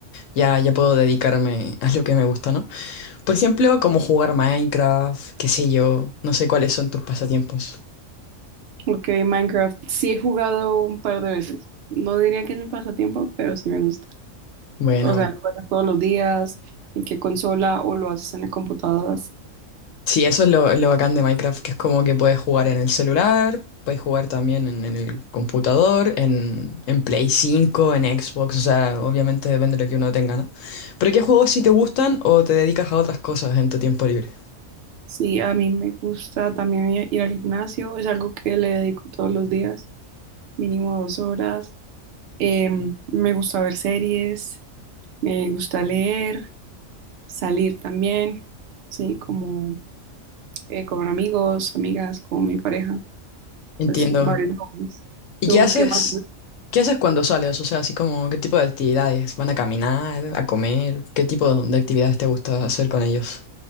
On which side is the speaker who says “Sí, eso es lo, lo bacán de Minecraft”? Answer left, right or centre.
Left